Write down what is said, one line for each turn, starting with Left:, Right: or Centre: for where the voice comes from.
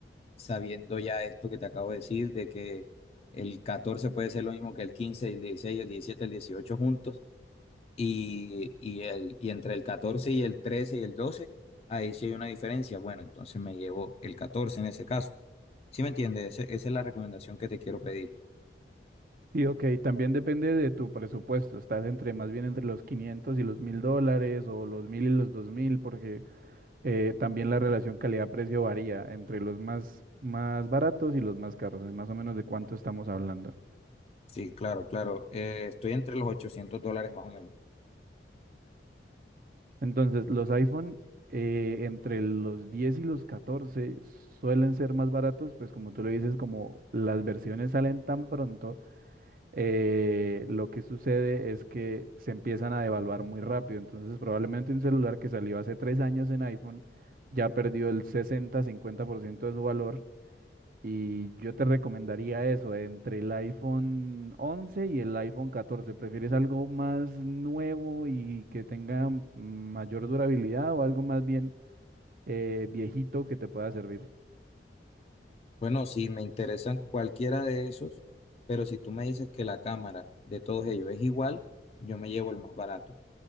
Left: sabiendo ya esto que te acabo de decir, de que el 14 puede ser lo mismo que el 15, el 16, el 17, el 18 juntos y, y el, y entre el 14 y el 13 y el 12 ahí sí hay una diferencia. Bueno, entonces me llevo el 14 en ese caso. ¿Sí me entiendes? Ese- esa es la recomendación que te quiero pedir.
Right: Y ok, también depende de tu presupuesto. Estás entre más bien entre los 500 y los 1000 dólares o los 1000 y los dos mil porque Eh, también la relación calidad-precio varía entre los más, más baratos y los más caros, es más o menos de cuánto estamos hablando.
Left: Sí, claro, claro. Eh, estoy entre los 800 dólares más o menos.
Right: Entonces, los iPhone eh, entre los 10 y los 14 suelen ser más baratos, pues como tú lo dices, como las versiones salen tan pronto, eh, lo que sucede es que se empiezan a devaluar muy rápido. Entonces, probablemente un celular que salió hace tres años en iPhone ya perdió el 60-50% de su valor Y yo te recomendaría eso, entre el iPhone 11 y el iPhone 14. ¿Prefieres algo más nuevo y que tenga mayor durabilidad o algo más bien eh, viejito que te pueda servir?
Left: Bueno, sí, me interesan cualquiera de esos, pero si tú me dices que la cámara de todos ellos es igual, yo me llevo el más barato.